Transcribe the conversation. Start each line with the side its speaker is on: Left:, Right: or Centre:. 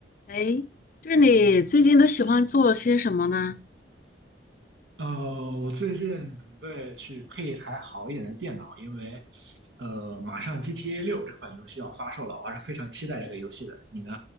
Left: 哎，就是你最近都喜欢做些什么呢？
Right: 呃，我最近准备去配一台好一点的电脑，因为呃，马上 GTA 六这款游戏要发售了，我还是非常期待这个游戏的。你呢？